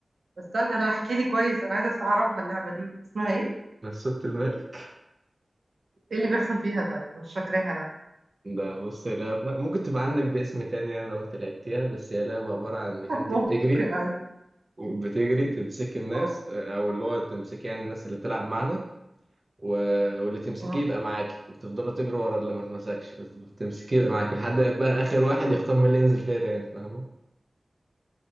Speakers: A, on the right (about 80°); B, on the right (about 40°).
A: استنى لا احكي لي كويس انا عايزه اعرفها اللعبه دي اسمها ايه
B: <laughs> بس سوقة الملك
A: ايه اللي بيحصل فيها طيب مش فاكراها لا
B: ده بص هي لعبة ممكن تبقى عندك باسم تاني يعني لو انت لعبتيها بس هي لعبة عبارة عن انك
A: <laughs>
B: انت
A: ممكن
B: بتجري
A: ايوه
B: وبتجري تمسك الناس
A: اه
B: آه، او اللي هو تمسك يعني الناس اللي بتلعب معانا و... واللي تمسكيه
A: آه.
B: يبقى معاكي وتفضلوا تجري ورا اللي ما تمسكش تمسكيه يبقى معاكي لحد ما يبقى اخر واحد يختار مين اللي ينزل فيها تاني فاهمه